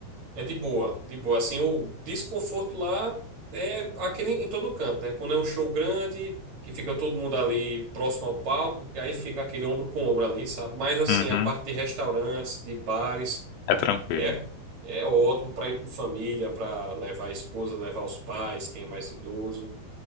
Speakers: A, on the right; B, on the left.
A: É de boa, de boa. Assim, o desconforto lá é aqui em em todo canto, né? Quando é um show grande, que fica todo mundo ali próximo ao palco, que aí fica aquele ombro com ombro ali, sabe? Mas assim,
B: Uhum.
A: a parte de restaurantes, de bares,
B: É tranquilo.
A: é, é ótimo para ir com família, para levar a esposa, levar os pais, quem é mais idoso.